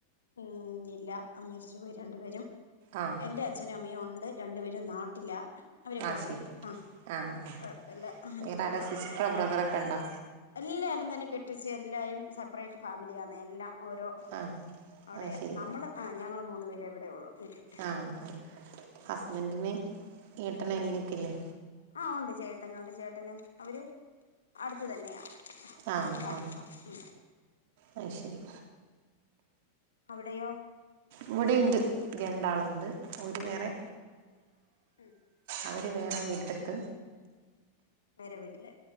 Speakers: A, on the left; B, on the right.
A: ഉം ഇല്ല മ്മരിച്ചു പോയി രണ്ടു പേരും
B: ആഹ്
A: എന്റെ അച്ഛനും അമ്മയും ഒണ്ട് രണ്ടു പേരും നാട്ടിലാ അവരെ കൊണ്ട്
B: ആ ശരി
A: ആ
B: ആഹ് ആ
A: കൊഴപ്പമില്ല അങ്ങനെ
B: വേറെ
A: പോ
B: ആരാ സിസ്റ്ററോ ബ്രദറൊക്കെ ഉണ്ടോ
A: എല്ലാരും തന്നെ കെട്ടിച്ച് എല്ലായും സെപ്പറേറ്റ് ഫാമിലിയാണ് എല്ലാം ഓരോ
B: ആഹ്
A: അവിടെയാ
B: ആ ശരി
A: നമ്മൾ ആ ഞങ്ങ മൂന്ന് പേരെവിടെയള്ളൂ എഹ്
B: ആ ആ ഹസ്ബൻഡന് ഏട്ടൻ അനിയനൊക്കെ ഇല്ലേ
A: ആഹ് ഉണ്ട് ചേട്ടൻ ഉണ്ട് ചേട്ടനും അവര് അടുത്ത് തന്നെയാ
B: ആഹ്
A: താമസം
B: ആഹ്
A: ഉം
B: അത് ശരി
A: അവിടെയോ
B: ഇവിടുണ്ട് രണ്ടാളുണ്ട് ഓരു
A: ഉം
B: വേറെ
A: ഉം
B: അവര് വേറെ വീടെടുത്ത്
A: വേറെ വീട്ടില്